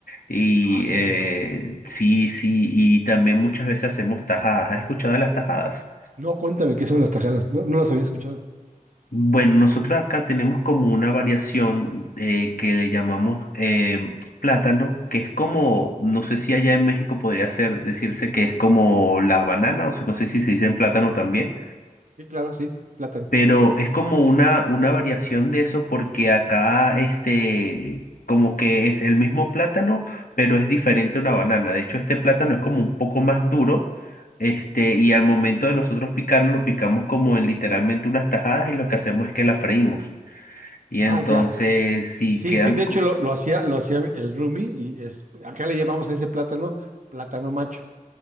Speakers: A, on the left; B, on the right.
A: Y
B: Ah,
A: eh,
B: qué rico.
A: sí, sí, y también muchas veces hacemos tajadas. ¿Has escuchado de las tajadas?
B: No, cuéntame qué son las tajadas. No, no las había escuchado.
A: Bueno, nosotros acá tenemos como una variación eh, que le llamamos eh, plátano, que es como, no sé si allá en México podría ser, decirse que es como la banana, o si- no sé si se dice en plátano también,
B: Sí, claro, sí, plátano.
A: pero es como una, una variación de eso porque acá este, como que es el mismo plátano, pero es diferente a una banana. De hecho, este plátano es como un poco más duro. Este, y al momento de nosotros picarlo, lo picamos como en literalmente unas tajadas y lo que hacemos es que la freímos. Y entonces,
B: Ah, ya.
A: sí,
B: Sí,
A: quedan...
B: sí, de
A: cu-
B: hecho lo, lo hacía, lo hacía el Rumi y es, acá le llamamos a ese plátano plátano macho